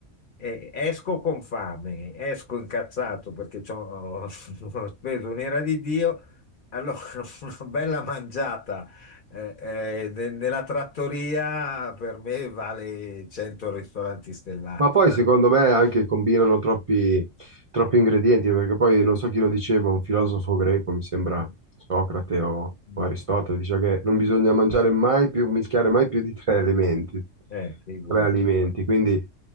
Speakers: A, on the left; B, on the right.
A: eh, esco con fame, esco incazzato perché c'ho- <laughs> ho speso un'ira di Dio. Allora, <laughs> una bella mangiata eh, eh, ne- nella trattoria per me vale 100 ristoranti stellati.
B: Ma poi secondo me anche combinano troppi, troppi ingredienti, perché poi non so chi lo diceva, un filosofo greco, mi sembra
A: Mm.
B: Socrate o,
A: Mm.
B: o Aristotele, diceva che non bisogna mangiare mai più, mischiare mai più di tre elementi,
A: Eh, figura.
B: tre alimenti. Quindi